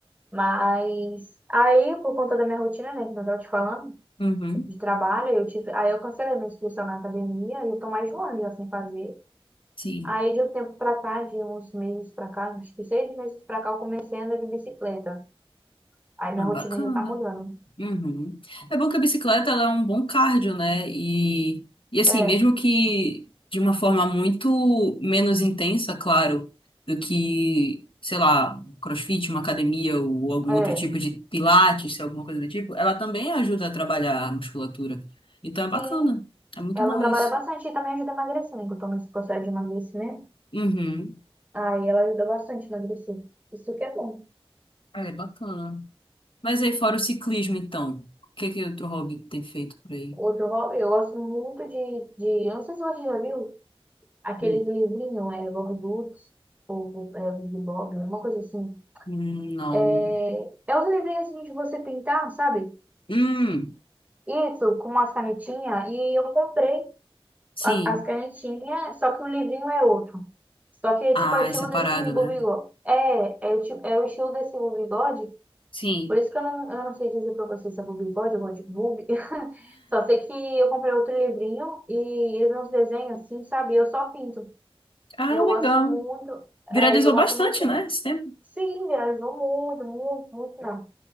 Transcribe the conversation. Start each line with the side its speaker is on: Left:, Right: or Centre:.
Right: Mas aí, por conta da minha rotina, né, que eu tava te falando,
Left: Uhum.
Right: de trabalho, eu tive. Aí eu cancelei minha inscrição na academia e eu tô mais de um ano já sem fazer.
Left: Sim.
Right: Aí de um tempo pra cá, de uns meses pra cá, acho que seis meses pra cá, eu comecei a andar de bicicleta. Aí minha
Left: Ah,
Right: rotina
Left: bacana.
Right: já tá mudando.
Left: Uhum. É bom que a bicicleta ela é um bom cardio, né? E, e assim,
Right: É,
Left: mesmo que de uma forma muito menos intensa, claro, do que, sei lá, CrossFit, uma academia ou algum
Right: é.
Left: outro tipo de pilates, se é alguma coisa do tipo, ela também ajuda a trabalhar a musculatura. Então é bacana.
Right: Sim,
Left: É muito
Right: ela
Left: bom
Right: trabalha
Left: isso.
Right: bastante e também ajuda a emagrecer, né? Que eu tô nesse processo de emagrecimento.
Left: Uhum.
Right: Aí ela ajuda bastante a emagrecer. Isso que é bom.
Left: É bacana. Mas aí, fora o ciclismo, então, o que que outro hobby tem feito por aí?
Right: Outro hobby, eu gosto muito de, de. Eu não sei se você já viu aqueles
Left: Hum,
Right: livrinhos, é Bob Goods ou é, Bibi Bob, uma coisa assim.
Left: hum, não.
Right: É, é os livrinhos assim de você pintar, sabe?
Left: Hum,
Right: Isso, com umas canetinhas. E eu comprei.
Left: sim.
Right: a- as canetinhas, só que o livrinho é outro. Só que é
Left: Ah,
Right: tipo é o estilo
Left: é separado,
Right: desse bobigode.
Left: né?
Right: É, é o, ti- é o estilo desse bobigode.
Left: Sim.
Right: Por isso que eu não, eu não sei dizer pra vocês se é bobigode ou de boob. <laughs> Só sei que eu comprei outro livrinho e ele vem uns desenhos assim, sabe? Eu só pinto.
Left: Ah,
Right: E eu
Left: legal.
Right: gosto muito.
Left: Viralizou
Right: É, e eu gosto
Left: bastante,
Right: muito.
Left: né, esse tempo?
Right: Sim, viralizou muito, muito, muito, não.